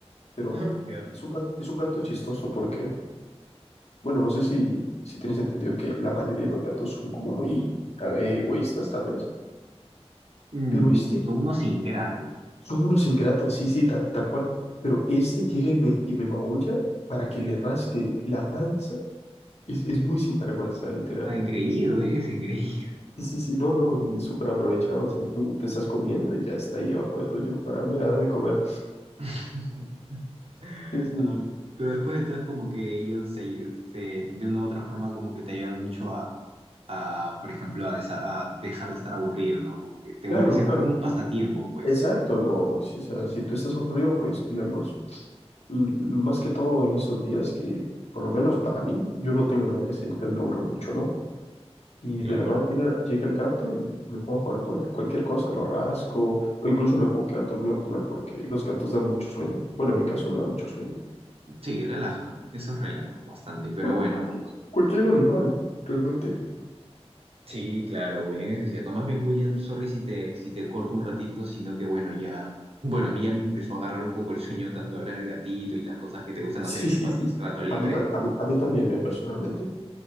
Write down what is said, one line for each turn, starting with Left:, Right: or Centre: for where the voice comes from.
Left: pero
Right: Ah, mira.
Left: es un gato, es un gato chistoso porque, bueno, no sé si, si tienes entendido que la mayoría de los gatos son como muy eh, egoístas tal vez,
Right: Mm,
Left: pero este
Right: son unos ingratos.
Left: Son unos ingratos, sí, sí, tal, tal cual. Pero este llega y me, y me maulla para que le rasque la panza. Es, es muy sinvergüenza, literal.
Right: Ah, engreído,
Left: Es-
Right: eh, es engreído.
Left: sí, sí, sí, no, no, y súper aprovechado. O sea, tú te estás comiendo y ya está ahí abajo de tuyo para, mira, dame comer.
Right: <laughs>
Left: Sí, sí,
Right: Ah, pero después de todo es como que ellos se, se- de una u otra forma como que te ayudan mucho a, a, por ejemplo, a, desa- a dejar de estar aburrido, ¿no? Como que te
Left: Claro,
Right: vuelve, se
Left: claro.
Right: vuelven un pasatiempo, pues.
Left: Exacto, no. Sí, o sea, si tú estás aburrido, pues, digamos, mm, más que todo en estos días que, por lo menos para mí, yo no tengo nada que hacer, entonces me aburro mucho, ¿no? Y
Right: Claro.
Left: de la nada llega, llega el gato y me puedo jugar con él. Cualquier cosa, lo rasco, o incluso me puedo quedar dormido con él porque los gatos dan mucho sueño. Bueno, en mi caso me da mucho sueño.
Right: Sí, relajan, esos relajan bastante, pero
Left: Bueno,
Right: bueno,
Left: cualquier,
Right: pues.
Left: cualquier animal, realmente. <laughs>
Right: Sí, claro, William, eso es cierto. Más bien, William, sorry si te, si te corto un ratito, sino que bueno, ya, bueno, a mí ya me empezó a agarrar un poco el sueño, tanto hablar el gatito y las cosas que te gustan
Left: Sí,
Right: hacer en
Left: sí,
Right: el, pa-
Left: sí.
Right: el
Left: sí.
Right: rato libre.
Left: A mí, ta- a mí, a mí también, ¿eh? Personalmente.